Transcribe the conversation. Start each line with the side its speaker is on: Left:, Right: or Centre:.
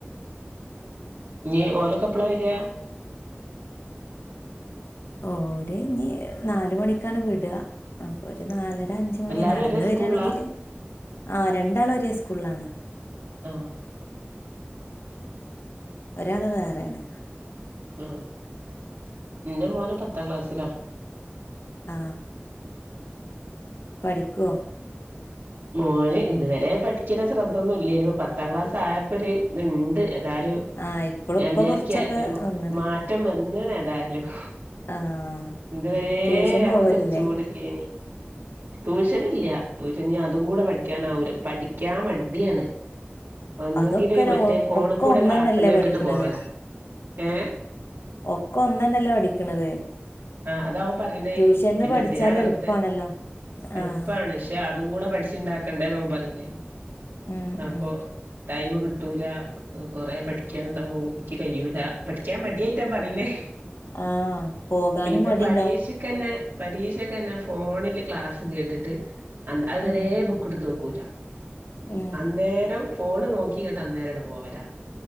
Right: ഇനി ഓലക്കെപ്പളാ വരാ?
Left: ഓര് ഇനി നാല് മണിക്കാണ് വ്ടാ അപ്പൊ ഒരു നാലര. ഒര അഞ്ച്മണി
Right: എല്ലാരും
Left: നടന്ന്
Right: ഒരേ സ്കൂളിലാ
Left: വരാണെങ്കില് ആ രണ്ടാൾ ഒരെ സ്കൂളിലാണ്.
Right: ആഹ.
Left: ഒരാള് വേറേണ്.
Right: ആ ഇന്റെ മോനും പത്താം ക്ലാസ് ലാ.
Left: ആ. പഠിക്കോ?
Right: മോന് ഇതുവരെ പഠിക്കലും ശ്രദ്ധൊന്നുല്ലായ്നു പത്താം ക്ലാസ് ആയപ്പോ ഒരു ഇത്ണ്ട് ഏതാലു.
Left: ആഹ് ഇപ്പളും
Right: ഞാൻ
Left: ഇപ്പൊ
Right: വിചാരിക്ക
Left: കൊറച്ചൊക്കെ
Right: ഒരു
Left: വന്ന്ണ്
Right: മാറ്റം വന്ന്ണ് ഏതായാലും.
Left: ആഹ്
Right: ഇതുവരേ
Left: ട്യൂഷന്
Right: അങ്ങനെത്തെ
Left: പോവലില്ലേ
Right: ഒരു ചൂട് ല്ലേനി. ട്യൂഷൻ ഇല്ല്യ ട്യൂഷന് ഇനി അതും കൂടെ പഠിക്കാനാവൂല പഠിക്കാൻ മടിയാണ്. ഒന്നെങ്കില്
Left: അതൊക്കെ
Right: മറ്റേ
Left: ഒര്
Right: ഫോണ്കൂടെ
Left: ഒക്കെ ഒന്നന്നല്ലേ
Right: ക്ലാസ് കേട്ട്ട്ട്
Left: പഠിക്കണത്
Right: പോവലാ ഏ.
Left: ഒക്കെ ഒന്നെന്നെല്ലേ പഠിക്കണത്
Right: ആഹ അതാവും പറയണേ
Left: ട്യൂഷൻന്ന്
Right: പിന്നെ
Left: പഠിച്ചാല്
Right: എന്തിനാ വെറുത
Left: എളുപ്പാണല്ലോ
Right: എളുപ്പാണ്
Left: ആഹ്
Right: പക്ഷെ അതും കൂടെ പഠിച്ചിുണ്ടാക്ക കണ്ട ന പറയേ
Left: ഉം
Right: അപ്പോ
Left: ഉം
Right: ടൈമ് കി കിട്ടൂല കൊറെേ പഠിക്കാൻണ്ടാവും എനിക്ക് കഴിയൂല പഠിക്കാൻ മടിയായിട്ടാ പറയുന്നേ
Left: ആഹ് പോകാനും
Right: പിന്നെ
Left: മടിണ്ടാവും
Right: പരീക്ഷക്കന്നെ പരീക്ഷക്കെന്നെ ഫോണില് ക്ലാസ്സ് കേട്ടിട്ട് അത്വരെ
Left: ഉം
Right: ബുക്ക് എടുത്ത് നോക്കൂല
Left: ഉം
Right: അന്നേരം ഫോണ് നോക്കി ച കേട്ട് അന്നേരട്ട പോവല